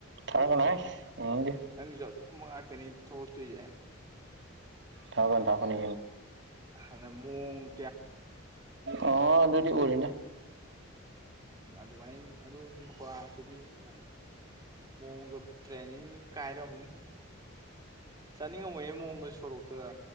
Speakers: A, on the right; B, on the right.
A: ꯊꯥꯔꯛꯀꯅꯨ ꯍꯩꯁ ꯌꯦꯡꯅꯤꯡꯗꯦ
B: ꯅꯪꯒꯤꯁꯨ ꯑꯗꯨꯒꯨꯝꯕ ꯉꯥꯛꯇꯅꯤ ꯊꯣꯛꯂꯛꯇꯣꯏꯁꯦ
A: ꯊꯥꯔꯛꯀꯅꯨ ꯊꯥꯔꯛꯀꯅꯨ
B: ꯍꯅꯑꯃꯣꯡ
A: ꯑ ꯑꯗꯨꯗꯤ ꯎꯔꯦꯗꯥ
B: ꯑꯗꯨꯃꯥꯏꯅ ꯑꯗꯨꯒꯤ ꯈꯨꯍꯠꯇꯨꯗꯤ ꯏꯃꯩ <unintelligible> ꯇ꯭ꯔꯦꯅꯤꯡ ꯀꯥꯏꯔꯝꯅꯤ ꯆꯥꯅꯤꯡꯉꯝꯃꯣꯏꯌꯦ ꯃꯑꯣꯡꯒ ꯁꯣꯔꯣꯛꯇꯗ